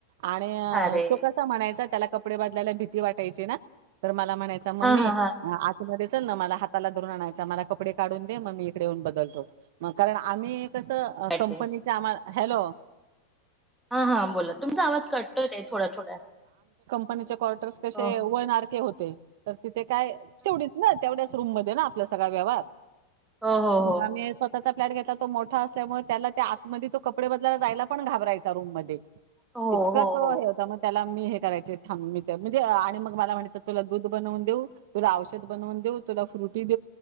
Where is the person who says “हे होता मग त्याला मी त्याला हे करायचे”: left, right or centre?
Right